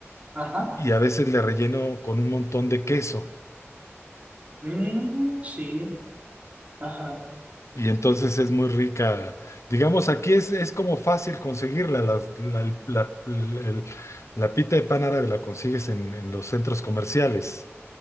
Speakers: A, on the right; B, on the left.
A: ajá.
B: y a veces le relleno con un montón de queso.
A: Mm, sí, ajá.
B: Y entonces es muy rica. Digamos, aquí es, es como fácil conseguirla. las- La, el- la- el- la pita de pan árabe la consigues en, en los centros comerciales.